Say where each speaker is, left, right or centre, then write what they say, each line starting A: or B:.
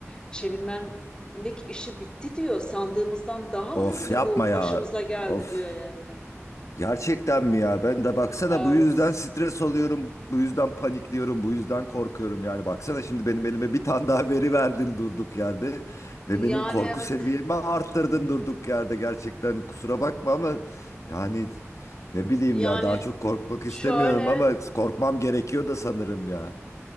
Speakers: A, on the left (about 20°); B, on the left (about 85°).
A: Çevirmenlik işi bitti diyor. Sandığımızdan daha
B: Of
A: hızlı
B: yapma
A: bu
B: ya.
A: başımıza geldi
B: Of.
A: diyor yani.
B: Gerçekten mi ya? Ben de baksana
A: Evet.
B: bu yüzden stres oluyorum, bu yüzden panikliyorum, bu yüzden korkuyorum. Yani baksana şimdi benim elime bir tane daha veri verdin durduk yerde ve
A: Yani
B: benim korku
A: evet.
B: seviyemi arttırdın durduk yerde. Gerçekten kusura bakma ama yani ne bileyim
A: Yani
B: ya daha çok korkmak
A: şöyle
B: istemiyorum ama korkmam gerekiyor da sanırım ya.